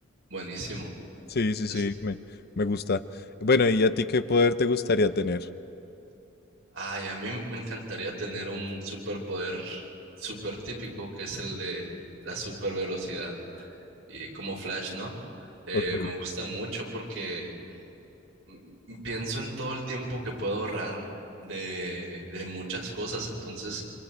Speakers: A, on the right; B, on the left.
A: buenísimo.
B: Sí, sí,
A: Es-
B: sí, me, me gusta. Bueno, ¿y a ti qué poder te gustaría tener?
A: Ay, a mí me encantaría tener un superpoder súper típico, que es el de la super velocidad y como Flash, ¿no? Eh,
B: Ok,
A: me gusta mucho porque mm, pienso en todo el tiempo que puedo ahorrar de, de muchas cosas. Entonces,